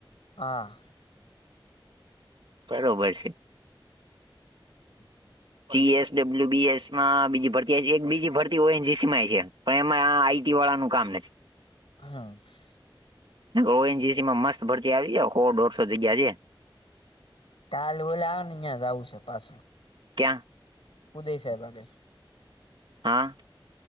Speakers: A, on the left; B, on the right.
A: હા.
B: બરોબર છે.
A: <inaudible>
B: C S W B S માં બીજી ભરતી આવી છે એક બીજી ભરતી ઓ એન જી સી માં એ છે, પણ એમાં પીવા વાળા નું કામ નથી.
A: હ.
B: ઓ એન જીસી માં મસ્ત ભરતી આવી છે હો દોઢસો જગ્યા છે.
A: કાલ ઓલા ઓ ને ન્યાં જાવું સે પાસુ.
B: ક્યાં?
A: ઉદય સાહેબ આગળ.
B: હા.